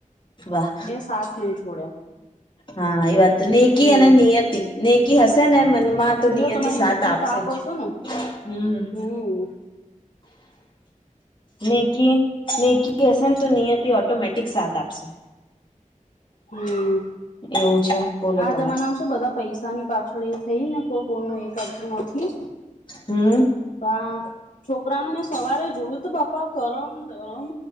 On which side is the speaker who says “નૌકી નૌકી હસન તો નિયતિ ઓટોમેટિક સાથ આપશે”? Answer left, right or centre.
Left